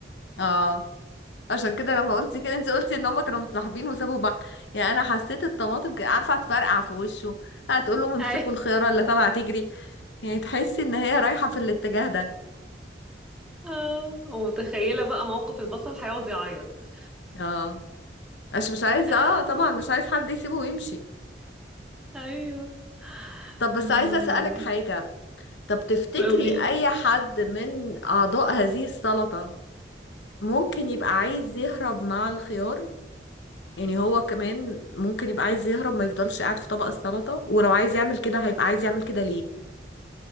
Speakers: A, on the left (about 85°); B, in the centre.
A: اه عشان كده لما قلتي كده انت قلتي ان هما كانوا متصاحبين وسابوا بعض يعني انا حسيت الطماطم ك- عارفه هتفرقع في وشه هتقول لهم امسكوا
B: <laughs>
A: الخياره اللي طالعه تجري يعني تحسي ان هي رايحه في الاتجاه ده
B: اه ومتخيلة بقى موقف البصل هيقعد يعيط
A: اه عشان مش عايز اه
B: <laughs>
A: طبعا مش عايز حد يسيبه ويمشي
B: ايوه
A: طب
B: امم
A: بس عايزه اسالك حاجه طب تفتكري
B: قولي
A: اي حد من اعضاء هذه السلطه ممكن يبقى عايز يهرب مع الخيار يعني هو كمان ممكن يبقى عايز يهرب ما يفضلش قاعد في طبق السلطه ولو عايز يعمل كده هيبقى عايز يعمل كده ليه